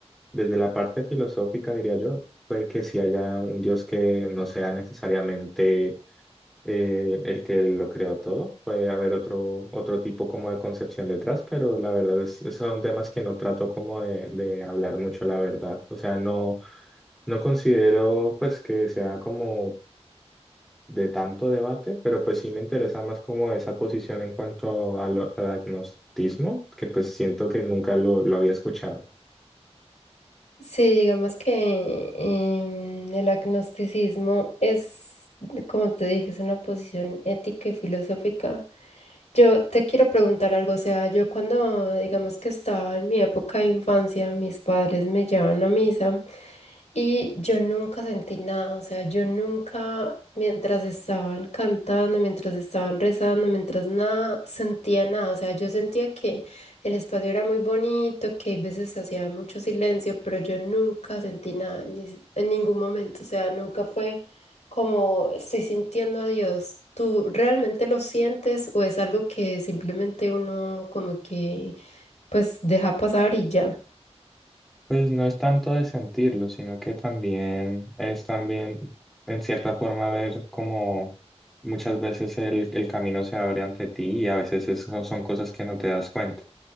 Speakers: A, in the centre; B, on the left.
A: desde la parte filosófica diría yo, puede que sí haya un Dios que no sea necesariamente eh, el que lo creó todo. Puede haber otro, otro tipo como de concepción detrás, pero la verdad es, son temas que no trato como de, de hablar mucho, la verdad. O sea, no, no considero pues que sea como de tanto debate, pero pues sí me interesa más como esa posición en cuanto a lo- al agnosticismo, que pues siento que nunca lo, lo había escuchado.
B: Sí, digamos que em, el agnosticismo es, como te dije, es una posición ética y filosófica. Yo te quiero preguntar algo, o sea, yo cuando, digamos que estaba en mi época de infancia, mis padres me llevaban a misa y yo nunca sentí nada, o sea, yo nunca, mientras estaban cantando, mientras estaban rezando, mientras nada, sentía nada, o sea, yo sentía que el espacio era muy bonito, que a veces hacía mucho silencio, pero yo nunca sentí nada, ni- en ningún momento. O sea, nunca fue como estoy sintiendo a Dios. ¿Tú realmente lo sientes o es algo que simplemente uno como que pues deja pasar y ya?
A: Pues no es tanto de sentirlo, sino que también es también, en cierta forma, ver cómo muchas veces el, el camino se abre ante ti y a veces eso son cosas que no te das cuenta.